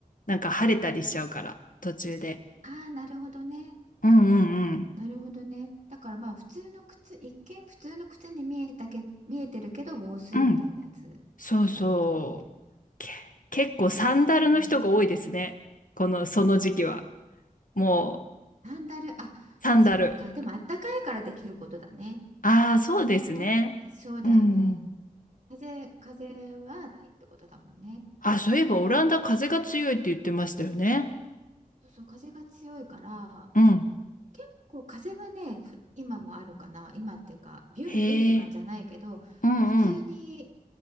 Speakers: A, on the left (about 65°); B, on the right (about 55°).
A: なんか晴れたりしちゃうから、途中で。
B: ああ、なるほどね。
A: うんうんうん。
B: なるほどね。だからまあ普通の靴、一見普通の靴に見えたけ、見えてるけど防水みたいなやつがいいかもね。
A: うん。そうそう。け、結構サンダルの人が多いですね。
B: へー
A: この、その時期は。も
B: サンダル、あ、
A: う、サンダル。
B: そっか。でもあったかいからできることだね。
A: ああ、そうですね。
B: あた、そうだよね。
A: うんうん。
B: 風、風はないってことだもんね。
A: あ、そういえばオランダ風が強いって言ってましたよね。
B: そうそう、風が強いから、
A: うん。
B: 結構風はね、ふ今もあるかな。今っていうか、ビュンビュンって感じじゃないけど、
A: へえ。うんうん。
B: 普通に